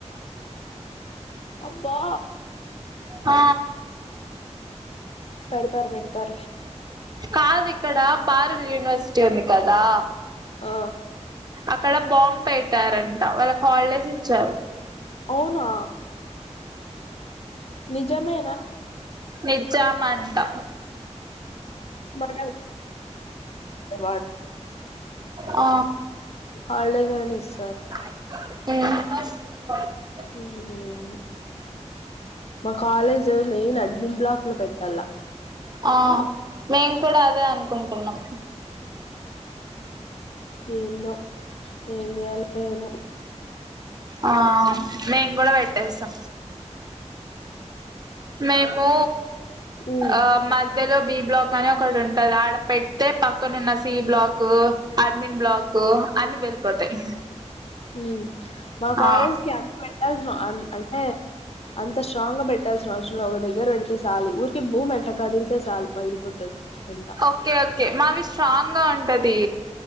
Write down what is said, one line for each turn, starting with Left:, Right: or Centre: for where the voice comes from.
Left: అబ్బా
Right: హ
Left: పెడతారు పెడతారులే.
Right: కాదు ఇక్కడ పారుల్ యూనివర్సిటీ ఉంది కదా
Left: ఆ
Right: అక్కడ బాం పెట్టారంట వాళ్ళకి హాలిడేస్ ఇచ్చారు
Left: అవునా నిజమే
Right: నిజామ అంటా
Left: మన్ ఆ వాడ్
Right: ఆ
Left: హాలిడేస్ అని ఇస్
Right: మ్
Left: మ్ యా మా కాలేజ్ మెయిన్ అడ్మిన్ బ్లాక్ లో పెట్టల్ల.
Right: ఆ మేము కూడా అదే అనుకుంటున్నాం.
Left: ఏందో ఏం చేయాలో ఏమో
Right: ఆ మేమ్ కూడ పెట్టేస్తం. మేము
Left: ఉమ్
Right: ఆ మధ్యలో బి బ్లాక్ అని ఒకటి ఉంటది. ఆడ పెడితే పక్కనున్న సి బ్లాక్ అర్మిన్ బ్లాక్ అన్ని వెళ్ళిపోతాయి.
Left: మ్. మా కాలేజ్కి
Right: ఆ
Left: అన్ని పెట్టల్సిన, అంటే అంత స్ట్రాంగ్ గ బెట్ ట్టాల్సిన అవసరం ల ఒక దగ్గర పెడితే చాలు. ఊరికె భూమి ఎట్లా కదిలితే చాలు, పగిలిపోతది. అంతా
Right: ఓకె ఓకె మావి స్ట్రాంగ్ గా ఉంటది.